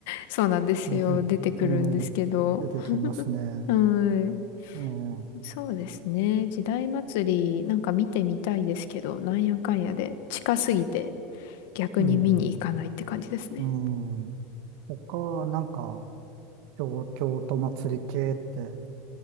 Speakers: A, on the left (about 70°); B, on the right (about 65°).
A: そうなんですよ。
B: んねえー出てきますね。
A: 出てくるんですけど。うん。
B: えー
A: そうですね。時代祭り、なんか見てみたいですけど、なんやかんやで、近すぎて、逆に見に行かないって感じですね。
B: うん、うん。他、なんか、京、京都祭り系って、